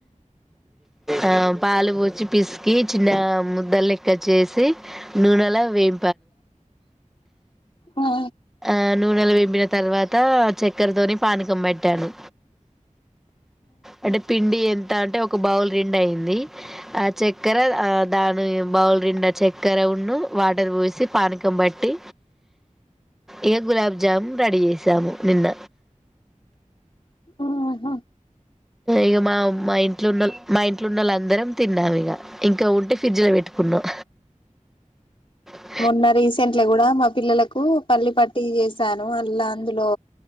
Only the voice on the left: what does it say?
ఆ
ఆహ
మొన్న రీసెంట్లీ కూడా మా పిల్లలకు పల్లి పట్టి చేసాను అలా అందులో